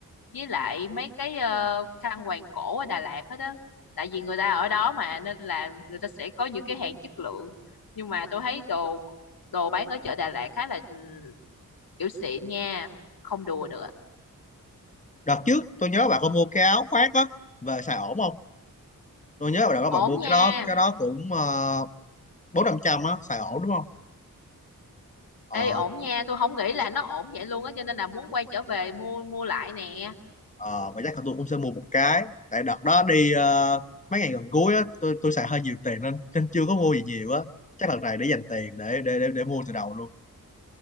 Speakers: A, on the left; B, on the left.
A: với lại mấy cái ờ, khăn quàng cổ ở Đà Lạt hết đó, tại vì người ta ở đó mà nên là người ta sẽ có những cái hàng chất lượng nhưng mà tôi thấy đồ đồ bán ở chợ Đà Lạt khá là ừ, kiểu xịn nha không đùa được
B: đợt trước tôi nhớ bà có mua cái áo khoác á về xài ổn không tôi nhớ bạn có
A: ổn
B: bạn mua
A: nha
B: cái đó cái đó cũng ờ, bốn năm trăm á xài ổn đúng không ờ
A: ê ổn nha tôi không nghĩ là nó ổn vậy luôn á cho nên là muốn quay trở về mua mua lại nè
B: ờ và chắc là tôi cũng sẽ mua một cái tại đợt đó đi ờ, mấy ngày gần cuối á tôi tôi xài hơi nhiều tiền nên nên chưa có mua gì nhiều á chắc lần này để dành tiền để để để, để mua từ đầu luôn